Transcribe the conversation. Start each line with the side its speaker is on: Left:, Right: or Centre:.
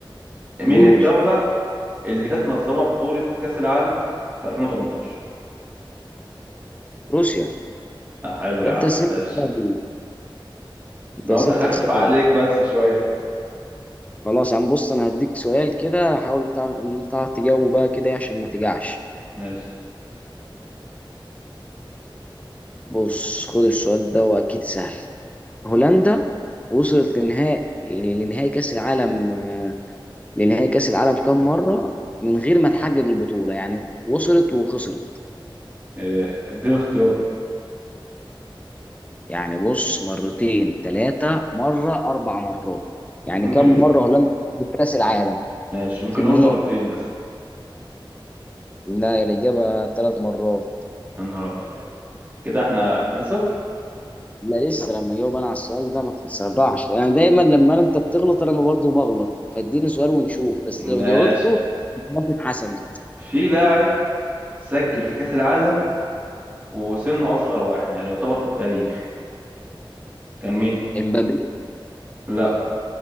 Right: مين
Left: قول
Right: الدوله اللي كانت منظمه بطوله كاس العالم في 2018
Left: روسيا
Right: آه حلو
Left: لا
Right: يا
Left: انت
Right: عم
Left: اسئلتك
Right: ماشي
Left: سهلة انت
Right: انا
Left: اسئلتك
Right: قلت اخفف
Left: سهلة
Right: عليك بس شويه
Left: خلاص يا عم بص انا هديك سؤال كده حاول بتاع إن بتاع تجاوبه بقى كده إيه عشان ما تجعش
Right: ماشي
Left: بص خد السؤال ده واكيد سهل هولندا وصلت لنهائي لنهائي كأس العالم آه، لنهائي كأس العالم كام مرة من غير ما تحقق البطولة يعني وصلت وخسرت
Right: آه، اديني اختيار
Left: يعني بص مرتين ثلاثة مرة أربع مرات يعني
Right: ممكن
Left: كم مرة هولندا خدت كأس العالم
Right: ماشي ممكن
Left: في النهائي
Right: نقول مرتين مثلا
Left: لا الإجابة ثلاث مرات
Right: يا نهار ابيض يعني كده احنا 2-0
Left: لا لسه لما جاوب أنا على السؤال ده ما تتسرعش يعني دايما لما أنت بتغلط أنا برضه بغلط فاديني سؤال ونشوف بس لو
Right: ماشي
Left: جاوبته خلاص اتحسمت
Right: في لاعب سجل في كأس العالم وسنه أصغر واحد يعني يعتبر في التاريخ كان مين؟
Left: امبابي
Right: لا